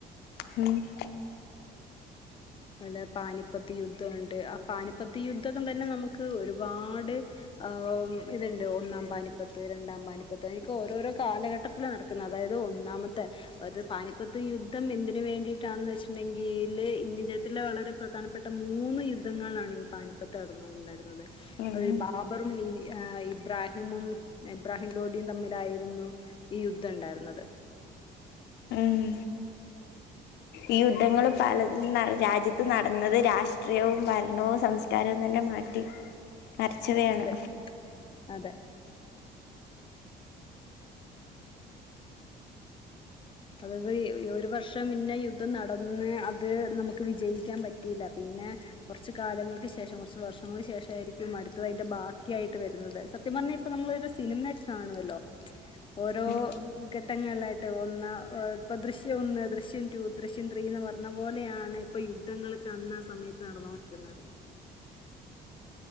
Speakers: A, on the left; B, on the left.
A: ഹ്മ്മ്
B: പല പാനിപ്പത്തി യുദ്ധവുണ്ട് ആ പാനിപ്പത്തി യുദ്ധൊക്കം തന്നെ നമുക്ക് ഒരുപാട് ആഹ് ഇത്ണ്ട് ഒന്നാം പാനിപ്പത്ത് രണ്ടാം പാനിപ്പത്ത് അതിനൊക്കെ ഓരോരോ കാലഘട്ടം യുദ്ധം നടക്കുന്നത് അതായിത് ഒന്നാമത്തെ അത് പാനിപ്പത്ത് യുദ്ധം എന്തിന് വേണ്ടിയിട്ടാണ്ന്ന് വെച്ച്ട്ട്ണ്ടെങ്കില് ഇന്തിച ത്തിലെ വളരെ പ്രധാനപ്പെട്ട മൂന്ന് ത്തിലെ വളരെ പ്രധാനപ്പെട്ട മൂന്ന് യുദ്ധങ്ങളാണ് ഈ പാനിപ്പത്ത് നടന്ന്ണ്ടായിരുന്നത്.
A: ഉം
B: അത് ഈ ബാ ർബറും ഈ ഏഹ് ഇബ്രാഹിമും ഇബ്രാഹിം ലോഡിയും തമ്മിലായിരുന്നു ഈ യുദ്ധം ഇണ്ടായിര്ന്നത്.
A: ഹ്മ്മ് ഈ യുദ്ധങ്ങള് പലതും ന രാജ്യത്ത് നടന്നത് രാഷ് ഷ്ട്രയവും ഭരണവും സംസ്കാരവും തന്നെ മാറ്റി മറച്ചവയാണ്.
B: അതെ അതെ. അതായിത് ഒരു വർഷം പിന്നെ യുദ്ധം നടന്ന് അത് നമുക്ക് വിജയിക്കാൻ പറ്റില്ല പിന്നെ കൊറച്ച്കാലങ്ങൾക്ക് ശേഷം കൊറച്ച് വർഷങ്ങൾക്ക് ശേഷം ആയിരിക്കും അടുത്തത് അതിന്റെ ബാക്കി ആയിട്ട് വരുന്നത്. സ സത്യം പറഞ്ഞാ ഇപ്പ നമ്മളൊര് സിനിമയൊക്കെ കാണുവല്ലോ ഓരോ
A: ഉം
B: ഘട്ടങ്ങള്ലായിട്ട് ഒന്ന് ഏഹ് ഇപ്പ ദൃശ്യം ഒന്ന് ദൃശ്യം ടു ദൃശ്യം ത്രീന്ന് പറഞ്ഞ പോലെയാണ് ഇപ്പം യുദ്ധങ്ങള് കാണുന്ന ആ സമയ നടന്നോണ്ടിരുന്നത്.